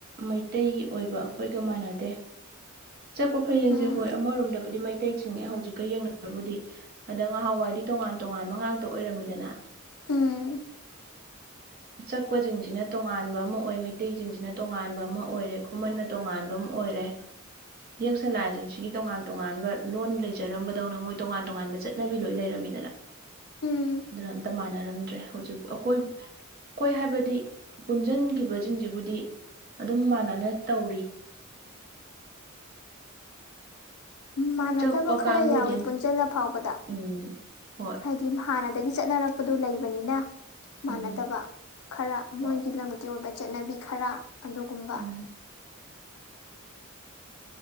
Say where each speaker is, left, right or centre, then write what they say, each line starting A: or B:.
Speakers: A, on the right; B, on the left.
A: ꯃꯩꯇꯩ ꯑꯣꯏꯕ ꯑꯩꯈꯣꯏꯒ ꯃꯥꯟꯅꯗꯦ ꯆꯛꯄ ꯐꯌꯦꯡꯁꯦ
B: ꯎꯝ
A: ꯍꯣꯏ ꯑꯃꯔꯣꯝꯗꯕꯨꯗꯤ ꯃꯩꯇꯩꯆꯤꯡꯉꯦ ꯍꯧꯖꯤꯛꯀ ꯌꯦꯡꯅꯕꯨꯗꯤ ꯑꯗ ꯉꯍꯥꯟꯋꯥꯏꯗꯤ ꯇꯣꯉꯥꯟ ꯇꯣꯉꯥꯟꯕ ꯉꯥꯛꯇ ꯑꯣꯏꯔꯝꯃꯤꯗꯅ
B: ꯎꯝ
A: ꯆꯛꯄꯁꯤꯡꯁꯤꯅ ꯇꯣꯉꯥꯟꯕ ꯑꯃ ꯑꯣꯏ ꯃꯩꯇꯩꯁꯤꯡꯁꯤꯅ ꯇꯣꯉꯥꯟꯕ ꯑꯃ ꯑꯣꯏꯔꯦ ꯈꯨꯃꯟꯅ ꯇꯣꯉꯥꯟꯕ ꯑꯃ ꯑꯣꯏꯔꯦ ꯌꯦꯛ ꯁꯂꯥꯏꯁꯤ ꯁꯤꯒꯤ ꯇꯣꯉꯥꯟ ꯇꯣꯉꯥꯟꯕ ꯂꯣꯟ ꯂꯩꯖꯔꯝꯕꯗꯧꯅ ꯃꯣꯏ ꯇꯣꯉꯥꯟ ꯇꯣꯉꯥꯟꯕ ꯆꯠ ꯅꯕꯤ ꯂꯣꯏ ꯂꯩꯔꯝꯃꯤꯗꯅ
B: ꯎꯝ
A: ꯑꯗꯨꯅ ꯑꯝꯇ ꯃꯥꯟꯅꯔꯝꯗ꯭ꯔꯦ ꯍꯧꯖꯤꯛꯄꯨ ꯑꯈꯣꯏ ꯀꯣꯏ ꯍꯥꯏꯕꯗꯤ ꯄꯨꯟꯖꯟꯒꯤꯕ ꯖꯤꯡꯖꯤꯕꯨꯗꯤ ꯑꯗꯨꯝ ꯃꯥꯟꯅꯅ ꯇꯧꯔꯤ
B: ꯃꯥꯟꯅꯗꯕ
A: ꯆꯛꯄ
B: ꯈꯔ
A: ꯀꯥꯡꯕꯨꯗꯤ
B: ꯌꯥꯎꯌꯦ ꯄꯨꯟꯖꯜꯂ ꯐꯥꯎꯕꯗ
A: ꯎꯝ ꯍꯣꯏ
B: ꯍꯥꯏ ꯏꯝ ꯍꯥꯟꯅꯗꯒꯤ ꯆꯠꯅꯔꯛꯄꯗꯨ ꯂꯩꯕꯅꯤꯅ
A: ꯎꯝ
B: ꯃꯥꯟꯅꯗꯕ ꯈꯔ
A: ꯍꯣꯏ
B: ꯃꯣꯏꯒꯤ ꯂꯝꯇ꯭ꯌꯨꯕ ꯆꯠꯅꯕꯤ ꯈꯔ ꯑꯗꯨꯒꯨꯝꯕ
A: ꯎꯝ